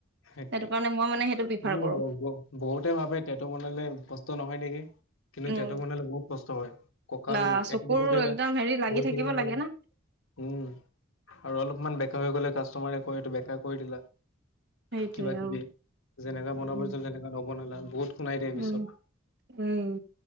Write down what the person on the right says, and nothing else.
সেইটো কাৰণে মই মানে সেইটো প্ৰিফাৰ
কৰো
উম
বা চকুৰ
একদম হেৰি লাগি
না
সেইটোৱে
অ
উম
উম
উম